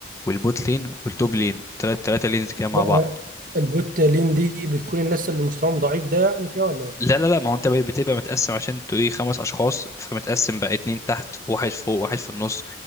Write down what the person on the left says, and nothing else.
والبوت لين والتوب لين تلات تلاتة لينز كده مع
بعض
لا لا لا ما هو انت بقى بتبقى متقسم عشان انتوا ايه خمس اشخاص فمتقسم بقى اتنين تحت واحد فوق واحد في النص